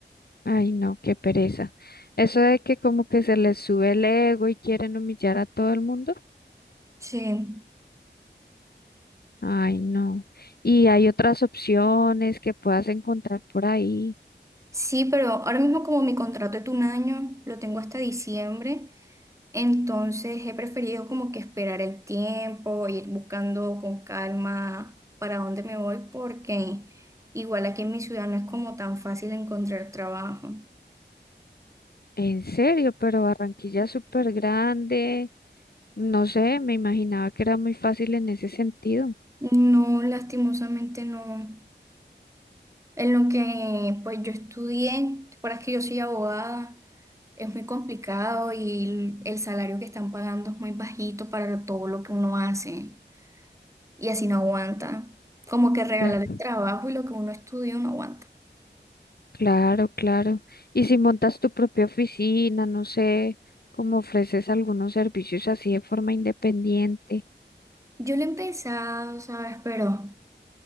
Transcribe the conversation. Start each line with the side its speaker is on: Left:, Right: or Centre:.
Left: Ay, no, qué pereza. Eso de que como que se les sube el ego y quieren humillar a todo el mundo.
Right: Sí,
Left: Ay, no. Y hay otras opciones que puedas encontrar por ahí.
Right: sí, pero ahora mismo como mi contrato es de un año, lo tengo hasta diciembre. Entonces he preferido como que esperar el tiempo, ir buscando con calma para dónde me voy, porque igual aquí en mi ciudad no es como tan fácil encontrar trabajo.
Left: En serio, pero Barranquilla es súper grande. No sé, me imaginaba que era muy fácil en ese sentido.
Right: No, lastimosamente no. En lo que pues yo estudié, para que yo soy abogada, es muy complicado y el, el salario que están pagando es muy bajito para todo lo que uno hace y así no aguanta. Como que regalar
Left: Cla-
Right: el trabajo y lo que uno estudió no aguanta.
Left: Claro, claro. Y si montas tu propia oficina, no sé, cómo ofreces algunos servicios así de forma independiente.
Right: Yo lo he empezado, ¿sabes? Pero